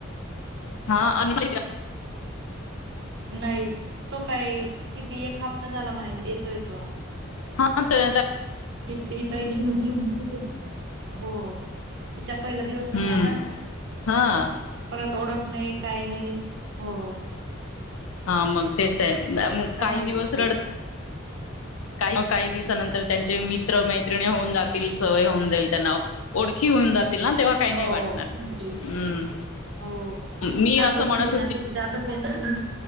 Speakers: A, on the left; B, on the right.
A: हा अनिक
B: नाही तो काही किती एक हप्ता झाला म्हणे येतोय तो
A: हा तर
B: इ <unintelligible> हो हिचा पहिला दिवस होता
A: हम्म
B: ना
A: हा
B: परत ओडक नाही काही नाही हो
A: हा मग तेच आहे मग
B: काय
A: काही
B: माहिती
A: दिवस रडते काही दिवसानंतर त्यांचे मैञ मिञ मैत्रिणी होऊन जातील सवय होऊन जाईल त्यांना ओळखी होऊन जातील ना तेव्हा काही
B: हो.
A: नाही वाटणार हम्म
B: हो
A: मी
B: सांगत
A: असं म्हणत
B: होती ना तुम्ही जात होते ना